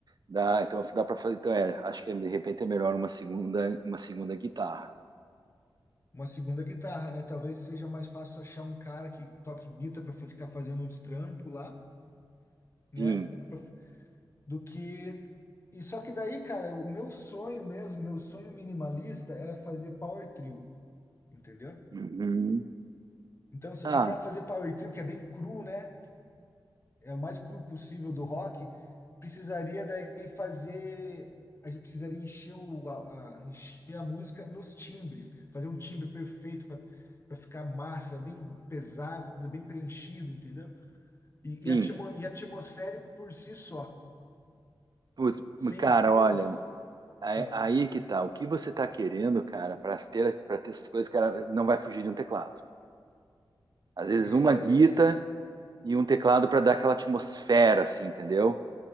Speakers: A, on the right; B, on the left.
A: dá, então dá para fazer, então é, acho que de repente é melhor uma segunda, uma segunda guitarra.
B: Uma segunda guitarra, né? Talvez seja mais fácil achar um cara que toque guitarra para ficar fazendo uns trampos lá, né?
A: Sim.
B: Pra- Do que. E só que daí, cara, o meu sonho mesmo, meu sonho minimalista era fazer power trio, entendeu?
A: Uhum.
B: Então,
A: Ah,
B: e para fazer power trio, que é bem cru, né? é o mais cru possível do rock, precisaria daí fazer. A gente precisaria encher, o, a, a- encher a música nos timbres, fazer um timbre perfeito para ficar massa, bem pesado, bem preenchido, entendeu? E,
A: sim.
B: e, atimo- e atmosférico por si só,
A: Putz,
B: sem,
A: cara,
B: sem
A: olha,
B: os.
A: aí,
B: ah,
A: aí é que tá. O que você tá querendo, cara, para ter para ter essas coisas, cara, não vai fugir de um teclado. Às vezes
B: é,
A: uma guita e um teclado para dar aquela atmosfera assim, entendeu?